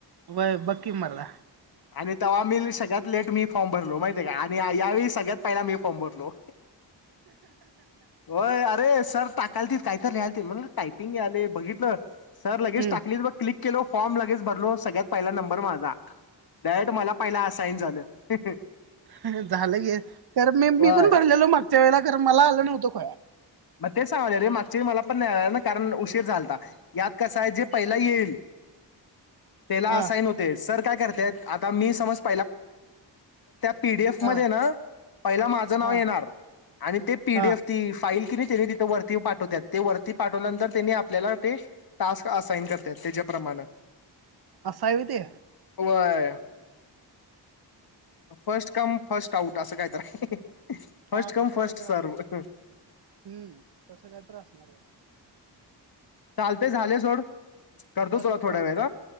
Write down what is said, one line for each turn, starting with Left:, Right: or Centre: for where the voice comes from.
Right: वय बघ की मर्दा
Left: आणि तवा मी बी सगळ्यात लेट मी फॉर्म भरलो माहित <inaudible> आणि यावेळी सगळ्यात पहिला मी फॉर्म भरलो. व्हय अरे सर टाकालतील कायतर लिहालते मग टायपिंग यायलय बघितलं सर लगेच
Right: हम्म
Left: टाकली बघ क्लिक केलो फॉर्म लगेच भरलो सगळ्यात पयला नंबर माझा डारेक्ट मला पहिला आसाईन झालं. ह ह
Right: हं हं झालं घे. तर मी मी
Left: होय
Right: पण भरलेलो मागच्या वेळेला ख तर मला आलं नव्हतं खुळ्या
Left: मग तेच सांगालोय रे मागच्या मला पण नाही आला ना कारण उशीर झालता यात कसं आहे जे पहिला यील तेला
Right: हा
Left: असाइन होते सर काय करत्यात? पी डी एफ मध्ये
Right: हा
Left: हाय ना पहिला माझं नाव
Right: हा
Left: येणार आणि ते पी
Right: हा
Left: डी एफ ती फाईल तेनी तिथ वरती पाठवत्यात ते वरती पाठवल्यानंतर तेन्ही आपल्याला ते टास्क असाईन करत्यात तेज्याप्रमाण.
Right: आसं हाय व्हई ते?
Left: व्हय. First come first. टाऊट असं कायतर हं हं हं फस्ट
Right: हा
Left: कम
Right: तसं
Left: फस्ट
Right: काय तर
Left: सर्वं
Right: असणार
Left: हं.
Right: हम्म. तस कायतर असणार वाटत.
Left: चालतय झालय सोड. करतो तुला
Right: बरं
Left: थोड्या
Right: चालतंय
Left: वेळेत